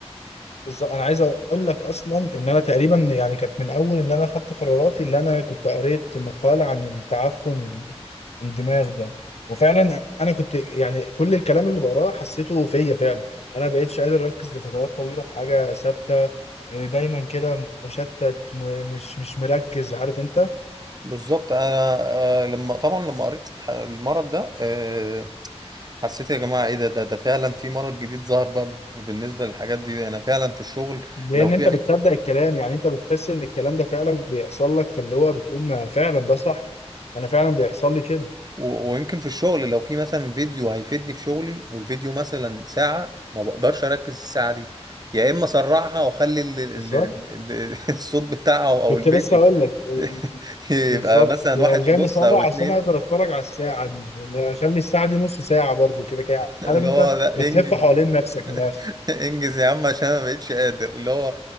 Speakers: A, on the left; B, on the right.
A: بالظبط انا عايز اقول لك اصلا ان انا تقريبا يعني كانت من اول ان انا خدت قراراتي اللي انا كنت قريت مقال عن التعفن ال- الدماغ ده وفعلا انا كنت يعني كل الكلام اللي بقراه حسيته فيا فعلا انا بقيتش قادر اركز لفترات طويله في حاجه ثابته إيه، دايما كده مشتت م- مش مش مركز عارف انت
B: بالظبط انا آه، لما طبعا لما قريت الح- المرض ده آه، حسيت يا جماعه ايه ده ده ده فعلا في مرض جديد ظهر بقى ب- بالنسبه للحاجات دي انا فعلا في الشغل
A: لان
B: لو في
A: انت بتصدق
B: أي-
A: الكلام يعني انت بتحس ان الكلام ده فعلا بيحصل لك فاللي هو بتقول ما فعلا ده صح انا فعلا بيحصل لي كده
B: و- ويمكن في الشغل لو في مثلا فيديو هيفيدني في شغلي والفيديو مثلا ساعة ما بقدرش أركز الساعة دي يا إما أسرعها وأخلي ال- ال-
A: بالظبط
B: ال- ال- <laughs> الصوت بتاعها أو
A: كنت
B: الفيديو
A: لسه اقول لك آه،
B: <laughs> يبقى
A: بالظبط
B: مثلا
A: تقوم
B: واحد ونص
A: جاي مسرع
B: أو اتنين
A: عشان اقدر اتفرج على الساعه دي اللي هي اخلي الساعه دي نص ساعه برضو كده كده
B: اللي
A: عارف انت
B: هو لا
A: بتلف
B: إنجز
A: حوالين نفسك من الاخر
B: إنجز يا عم عشان أنا ما بقتش قادر اللي هو